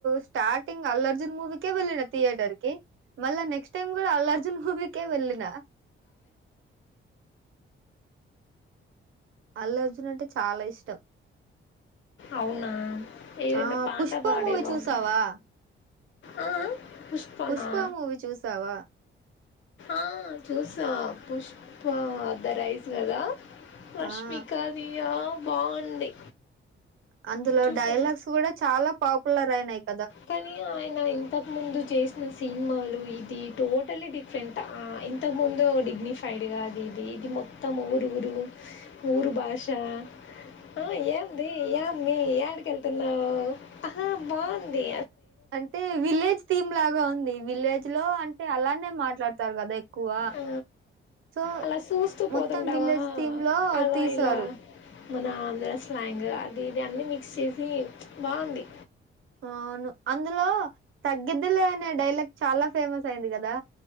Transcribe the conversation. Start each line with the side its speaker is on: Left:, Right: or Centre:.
Right: స్టార్టింగ్ అల్లు న్ మూవీకే వెళ్ళిన థియేటర్ కి మళ్ళ నెక్స్ట్ టైమ్ కూడ అల్ల అర్జున్ మూవీకే వెళ్ళిన అల్లు అర్జున్ అంటే చాలా ఇష్టం.
Left: అవునా ఏదైన
Right: ఆ!
Left: పాట
Right: 'పుష్ప'
Left: పాడే
Right: మూవీ
Left: బాబు
Right: చూసావా?
Left: ఆ పుష్పనా?
Right: పుష్ప మూవీ చూసావ
Left: ఆ చూస పుష్ప ద రైస్ కదా రష్మికాది
Right: ఆ!
Left: యో బాగుంది
Right: అందులో
Left: చూసా
Right: డైలాగ్స్ కూడా చాలా పాప్ పుల్ల రవినాయక్
Left: పని ఆయ్ నా ఇంతకుముందు చేసిన సినిమాలు ఇది టోటలీ డిఫరెంట్ ఆ ఇంతకుముందు డిగ్నిఫైడ్గా అది ఇది ఇది మొత్తం ఊడుడు ఊరు భాషా ఆ ఏంది ఏమ్మి ఏడికేళ్తున్నావు ఆహ బాన్ ది
Right: అంటే విలేజ్ థీమ్ లాగా ఉంది విలేజ్ లో అంటే అలానే మాట్లాడతారు కదా ఎ ఎక్కువ
Left: ఆ,
Right: సో
Left: అలా చూస్తూ పోతుంటావా
Right: మొత్తం విలేజ్ థీమ్ లో
Left: అలా
Right: తీసారు
Left: ఇలా మన ఆంధ్ర స్లాంగ్ అది ఇది అన్నీ మిక్స్ చేసి చ్ బాగుంది
Right: ఆ అవును అందులో తగ్గిద్దిలే అనే డైలాగ్ చాలా ఫేమస్ అయింది కదా